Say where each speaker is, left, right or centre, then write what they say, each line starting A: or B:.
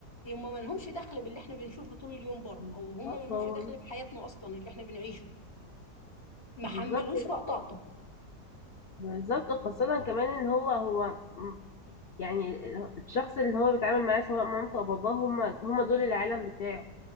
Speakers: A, on the left (about 25°); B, on the left (about 55°).
A: هم ما لهمش دخل باللي احنا بنشوفه طول اليوم بره
B: بالظبط
A: او هم ما لهمش
B: هو
A: دخل في حياتنا اصلا اللي احنا بنعيشه ما
B: بالظبط
A: حملوش وقت طاقته
B: بالظبط خاصة كمان ان هو هو يعني الشخص اللي هو بيتعامل معاه سواء مامته او باباه هم هم دول العالم بتاعه